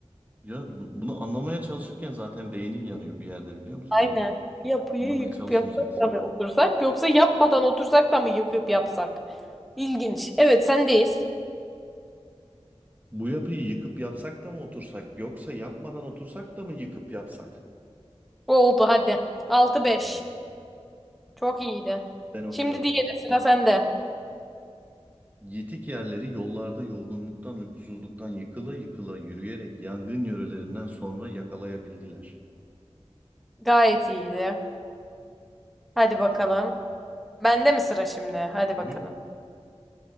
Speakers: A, on the right; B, in the centre.
A: Ya bu- bunu anlamaya çalışırken zaten beynin yanıyor bir yerde biliyor musun
B: Aynen.
A: böyle?
B: Yapıyı
A: Anlamaya
B: yıkıp
A: çalışmayacaksın.
B: yapsak da mı otursak yoksa yapmadan otursak da mı yıkıp yapsak? İlginç. Evet sendeyiz.
A: Bu yapıyı yıkıp yapsak da mı otursak yoksa yapmadan otursak da mı yıkıp yapsak?
B: Oldu hadi. Altı
A: Çok
B: beş.
A: iyi oldu.
B: Çok iyiydi.
A: Ben okuyorum.
B: Şimdi diğeri sıra sende.
A: Yitik yerleri yollarda yorgunluktan, uykusuzluktan yıkıla yıkıla yürüyerek yangın yörelerinden sonra yakalayabildiler.
B: Gayet iyiydi. Hadi
A: Devam.
B: bakalım. Bende mi sıra şimdi? Hadi
A: Hı
B: bakalım.
A: hı.